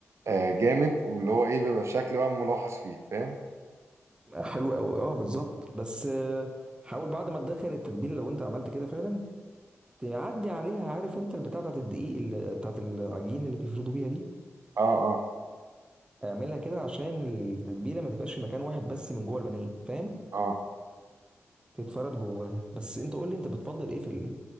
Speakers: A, on the right (about 65°); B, on the right (about 20°).
A: آه جامد واللي هو ايه بيبقى الشكل بقى ملاحظ فيه فاهم
B: حلو قوي اه بالظبط بس آه، حاول بعد ما تدخل التتبيله لو انت عملت كده فعلا تعدي عليها عارف انت البتاع بتاعت الدقيق اللي بتاعت العجين اللي بيفردوا بيها دي
A: اه اه
B: اعملها كده عشان التتبيله ما تبقاش في مكان واحد بس من جوه البانيه فاهم
A: اه
B: تتفرد جواها بس انت قول لي انت بتفضل ايه في ال...